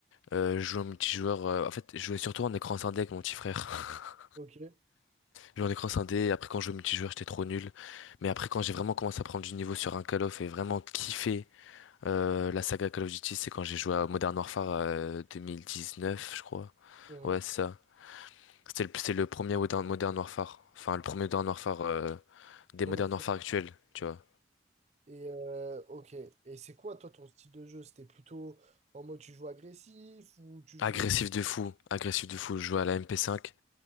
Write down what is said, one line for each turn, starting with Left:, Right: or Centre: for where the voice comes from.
Left: Euh, je jouais en multijoueur. euh, en fait, je jouais surtout en écran scindé avec mon petit frère. <laughs>
Right: ok.
Left: Je jouais en écran scindé. et Après, quand je jouais au multijoueur, j'étais trop nul. Mais après, quand j'ai vraiment commencé à prendre du niveau sur un Call of et vraiment kiffé euh, la saga Call of Duty, c'est quand j'ai joué à Modern Warfare euh, 2019, je crois.
Right: Mhm.
Left: Ouais, c'est ça. C'était le, c'est le premier Modern, Modern Warfare. Enfin, le premier Modern Warfare euh, des
Right: Remarquable.
Left: Modern Warfare actuels, tu vois.
Right: Et euh, ok. Et c'est quoi, toi, ton style de jeu? C'était plutôt en mode tu joues agressif ou tu joues.
Left: Agressif de fou, agressif de fou. Je jouais à la MP5.